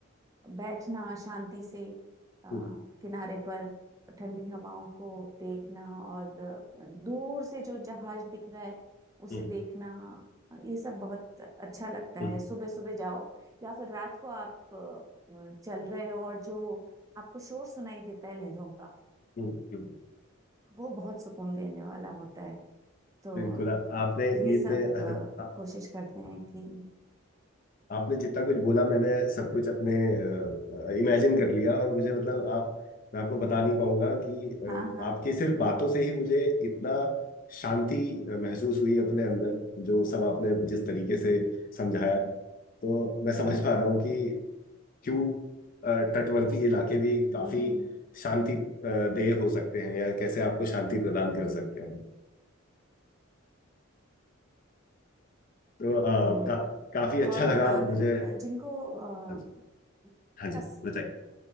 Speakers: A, on the right; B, on the left.
A: बैठना शांति से अ,
B: हम्म,
A: किनारे पर ठंडी हवाओं को देखना और अ, दूर से जो जहाज दिख रहा है उसे
B: हम्म,
A: देखना अ, ये सब बहुत अच्छा लगता
B: हम्म,
A: है सुबह सुबह जाओ या फिर रात को आप अ, चल रहे हो और जो आपको शोर सुनाई देता है लहरों का
B: हम्म, हम्म,
A: वो बहुत सुकून देने वाला होता है तो
B: बिल्कुल आ- आपने
A: ये
B: ये
A: सब
B: पे <laughs>
A: अ, कोशिश करते हैं कि
B: आपने जितना कुछ बोला मैंने सब कुछ अपने इमेजिन कर लिया और मुझे मतलब आप मैं आपको बता नहीं पाऊंगा कि
A: हाँ हाँ
B: अ, आपकी सिर्फ बातों से ही मुझे इतना शांति अ, महसूस हुई अपने अंदर जो सब आपने जिस तरीके से समझाया तो मैं समझ पा रहा हूँ कि क्यों अ, तटवर्ती इलाके भी काफी
A: हम्म हम्म
B: शांति अ, देह हो सकते हैं या कैसे आपको शांति प्रदान कर सकते हैं तो अ,
A: हम्म।
B: का, काफी अच्छा
A: और
B: लगा
A: अ,
B: मुझे
A: अ, जिनको
B: हाँ जी
A: अ,
B: हाँ जी,
A: कस
B: बताइए